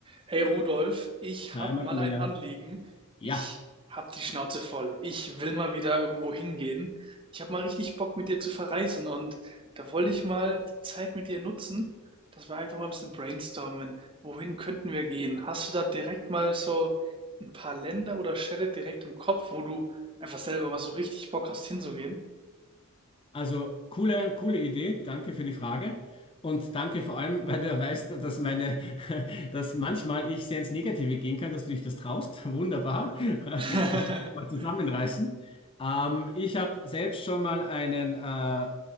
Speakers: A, on the right; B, on the left.
A: Hey Rudolf, ich
B: Hi
A: hab
B: Maximilian.
A: mal ein Anliegen.
B: Ja,
A: Ich hab die Schnauze voll. Ich will mal wieder irgendwo hingehen. Ich hab mal richtig Bock, mit dir zu verreisen und da wollte ich mal die Zeit mit dir nutzen, dass wir einfach mal ein bisschen brainstormen. Wohin könnten wir gehen? Hast du da direkt mal so ein paar Länder oder Städte direkt im Kopf, wo du einfach selber mal so richtig Bock hast, hinzugehen?
B: also coole, coole Idee. Danke für die Frage. Und danke vor allem, <laughs> weil du ja weißt, dass meine, <laughs> dass manchmal ich sehr ins Negative gehen kann, dass du dich das traust. <laughs> Wunderbar. <laughs>
A: <laughs>
B: Ich werde mich mal zusammenreißen. Ähm, ich habe selbst schon mal einen, äh,